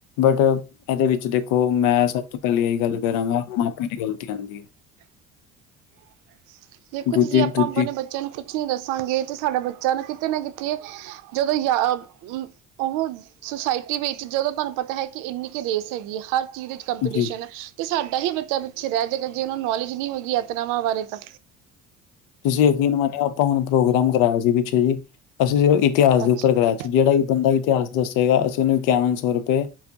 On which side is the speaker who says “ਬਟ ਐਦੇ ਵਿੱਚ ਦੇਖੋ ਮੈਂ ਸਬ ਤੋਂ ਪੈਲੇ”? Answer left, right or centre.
Left